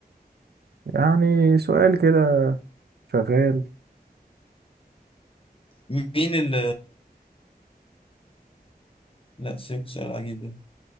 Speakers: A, on the right (about 80°); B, on the left (about 35°).
A: يعني سؤال كده شغال
B: مين ال لا سيبك سؤال عجيب ده